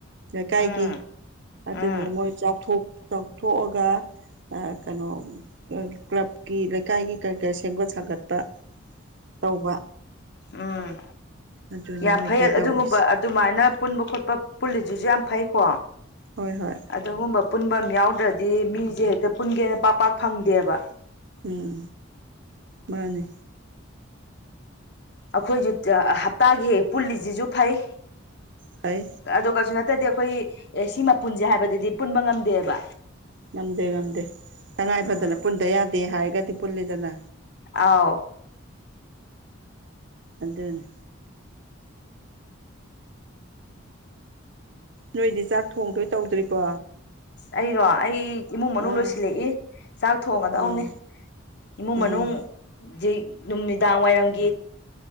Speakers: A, on the right; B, on the left.
A: ꯂꯩꯀꯥꯏꯒꯤ
B: ꯎꯝ ꯎꯝ
A: ꯑꯗꯨꯗꯨꯅ ꯃꯣꯏ ꯆꯥꯎ ꯆꯥꯎꯊꯣꯛꯑꯒ ꯀꯩꯅꯣ ꯀ꯭ꯂꯕꯀꯤ ꯂꯩꯀꯥꯏꯒꯤ ꯀꯔꯤ ꯀꯔꯤ ꯁꯦꯝꯒꯠ ꯁꯥꯒꯠꯄ ꯇꯧꯕ
B: ꯑ ꯎꯝ
A: ꯑꯗꯨꯅꯤ
B: ꯌꯥꯝ
A: ꯃꯣꯏꯈꯩ
B: ꯐꯩ
A: ꯇꯧꯔꯤꯁꯦ
B: ꯑꯗꯨꯒꯨꯝꯕ ꯑꯗꯨꯃꯥꯏꯅ ꯄꯨꯟꯕ ꯈꯣꯠꯄ ꯄꯨꯜꯂꯤꯁꯤꯁꯨ ꯌꯥꯝ ꯐꯩ ꯀꯣ
A: ꯍꯣꯏ ꯍꯣꯏ
B: ꯑꯗꯨꯒꯨꯝꯕ ꯄꯨꯟꯕ ꯑꯃ ꯌꯥꯎꯗ꯭ꯔꯗꯤ ꯃꯤꯁꯤꯡꯁꯦ ꯍꯦꯛꯇ ꯄꯨꯟꯒꯦꯅ ꯄꯥꯛ ꯄꯥꯛ ꯐꯪꯗꯦꯕ
A: ꯎꯝ ꯃꯥꯅꯦ
B: ꯑꯩꯈꯣꯏꯁꯨ ꯍꯞꯇꯥꯒꯤ ꯍꯦꯛ ꯄꯨꯜꯂꯤꯁꯤꯁꯨ ꯐꯩ
A: ꯐꯩ
B: ꯑꯗꯣ ꯀꯩꯁꯨ ꯅꯠꯇꯔꯗꯤ ꯑꯩꯈꯣꯏꯒꯤ ꯑꯦ ꯁꯤꯃ ꯄꯨꯟꯁꯦ ꯍꯥꯏꯕꯗꯗꯤ ꯄꯨꯟꯕ ꯉꯝꯗꯦꯕ
A: ꯉꯝꯗꯦ ꯉꯝꯗꯦ ꯇꯉꯥꯏ
B: ꯎꯝ
A: ꯐꯗꯅ ꯄꯨꯟꯗ ꯌꯥꯗꯦ ꯍꯥꯏꯔꯒꯗꯤ ꯄꯨꯜꯂꯤꯗꯅ
B: ꯑꯥꯎ
A: ꯑꯗꯨꯅꯤ ꯅꯣꯏꯗꯤ ꯆꯥꯛ ꯊꯣꯡꯗꯣꯏ ꯇꯧꯗ꯭ꯔꯤꯕꯣ
B: ꯑꯩꯔꯣ ꯑꯩ ꯏꯃꯨꯡ
A: ꯎꯝ
B: ꯃꯅꯨꯡ ꯂꯣꯏꯁꯤꯜꯂꯛꯏ ꯆꯥꯛ ꯊꯣꯡꯉꯗꯧꯅꯤ
A: ꯎꯝ
B: ꯏꯃꯨꯡ
A: ꯎꯝ
B: ꯃꯅꯨꯡ ꯍꯧꯖꯤꯛ ꯅꯨꯃꯤꯗꯥꯡ ꯋꯥꯏꯔꯝꯒꯤ